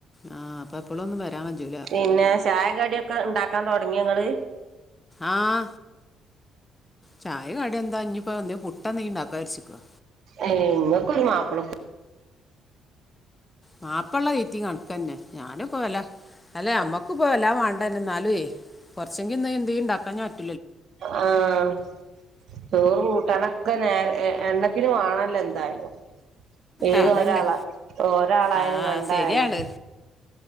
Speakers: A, on the left (about 15°); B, on the right (about 60°).
A: ആ അപ്പൊ എപ്പോഴൊന്നും വരാൻ പറ്റൂല
B: പിന്നെ ചായങ്കടിയൊക്കെ ഉണ്ടാക്കാൻ തുടങ്ങ കുഞ്ഞങ്ങള്
A: ആഹ ചായ കട എന്താ ഇഞ്ഞപ്പ ഒ പുട്ട നീ ഉണ്ടാക്കാ വിരിച്ചിക്കുവ
B: എങ്ങക്കരു മാപ്പളക്ക
A: മാപ്പള്ള റേറ്റി കണക്ക തന്നെ ഞാനും പോ അല്ലേ അല്ലെ അമ്മക്ക ഇപ്പ എല്ലാം വേണ്ടന്നെ എന്നാലേ ണ്ടൻഞ
B: ആഹ ചോറും കൂട്ടണക്കെ നേരെ എണ്ണക്കിന് വേണല്ലോ എന്തായാലും ഏത്
A: ഏ അതന്നെ
B: ഒരാളാ ഒരാളായാലും
A: ആ
B: രണ്ടായാലും
A: ശരിയാണ്